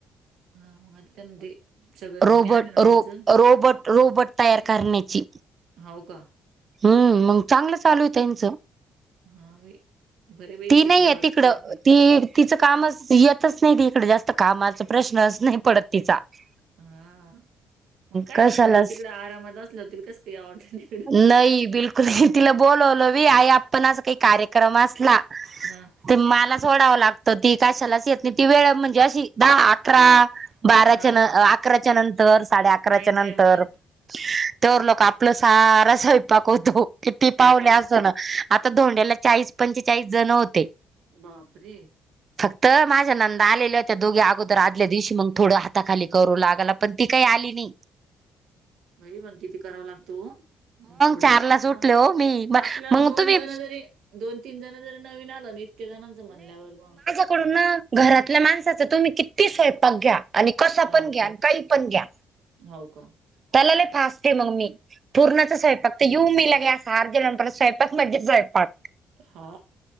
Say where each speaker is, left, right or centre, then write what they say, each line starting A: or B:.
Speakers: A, on the right; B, on the right.
A: हा मग आ त्यांमध्ये ते सगळं
B: रोबोट
A: ज्ञान आहे नाव
B: रो
A: त्याचं.
B: रोबोट रोबोट तयार करण्याची.
A: हो का.
B: हम्म मग चांगलं चालू य त्यांचं.
A: हां, बाई. बरं बाई
B: ती
A: शिकल्यावरच
B: नाहीय तिकडं
A: काही ना काही.
B: ती तिचं कामच येतच नाही त इकडे जास्त कामाचा प्रश्नच नाही पडत तिचा ती
A: हा मग काय
B: कशालाच
A: आता सगळं तिकड आरामात बसल्या होतील कस का या वाटने.
B: नाही बिलकुल तिला बोलवलं वी आई आपण अस काही कार्यक्रम असला.
A: हम्म.
B: ते मला सोडावं लागतं ती कशालाच येत नाही ती वेळ म्हणजे अशी दहा अकरा बाराच्या
A: हां.
B: न अकराच्या नंतर साडे अकराच्या
A: ऐन
B: नंतर.
A: टाईमवर.
B: तर लोक आपलं सारा स्वयंपाक होतो किती पावणे
A: ऐन
B: असो ना. आता धोंड्याला चाळीस पंचेचाळीस जण होते.
A: बापरे!
B: फक्त माझ्या नंदा आलेला हो त्या दोघे अगोदर आदल्या दिवशी मग थोडं हाताखाली. करू लागला पण ती काही आली नाही.
A: बाई मग किती कराव लागतो ओ. मग थोडी
B: चारला
A: पाव
B: सुटले
A: मग
B: हो मी मग
A: आपल्याला दोन
B: तुम्ही
A: जण जरी दोन तीन जण जरी नवीन आलं ना इतके जणांचं म्हणल्यावर मग
B: कुठन घरातल्या माणसाच तुम्ही किती स्वयंपाक घ्या. आणि कसा पण
A: हो
B: घ्या
A: का
B: आणि काही पण घ्या.
A: हो का
B: त्याला लई फास्ट आहे मग मी पूरणाचा स्वयपाक त येऊ मी लगे सारज नंतर स्वयंपाक म्हजे स्वयंपाक
A: हा.